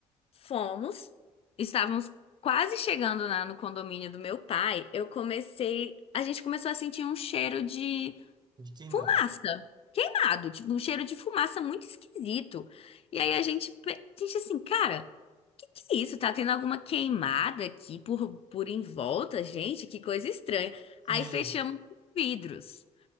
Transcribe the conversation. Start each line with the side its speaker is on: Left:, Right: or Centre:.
Left: fomos, estávamos quase chegando lá no condomínio do meu pai. Eu comecei, a gente começou a sentir um cheiro de
Right: De queimado.
Left: Fumaça.
Right: <laughs>
Left: Queimado, tipo, um cheiro de fumaça muito esquisito. E aí a gente, pe- a gente assim, cara, que que é isso? Tá tendo alguma queimada aqui por, por em volta, gente? Que coisa estranha. Aí
Right: Né?
Left: fechamos os vidros.